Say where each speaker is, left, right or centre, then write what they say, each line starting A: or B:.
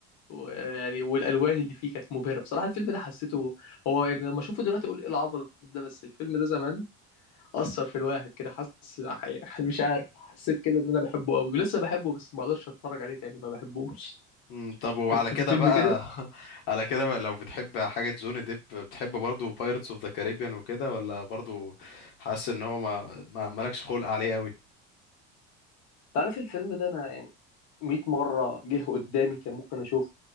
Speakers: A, on the left (about 55°); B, on the left (about 85°).
A: ويعني والالوان اللي فيه كانت مبهره بصراحه الفيلم ده حسيته هو يعني لما اشوفه دلوقتي اقول ايه العبط ده بس الفيلم ده زمان اثر في الواحد كده حس يعني مش عارف حسيت كده ان انا بحبه قوي ولسه بحبه بس ما اقدرش اتفرج عليه تاني ما بحبوش
B: مم، طب وعلى
A: انت
B: كده
A: في فيلم
B: بقى
A: كده
B: <laughs> على كده بقى لو بتحب حاجة جوني ديب بتحب برضو بايرتس اوف ذا كاريبيان وكده ولا برضو حاسس ان هو ما, ما مالكش خلق عليه قوي
A: تعرف الفيلم ده انا يعني 100 مره جه قدامي كان ممكن اشوفه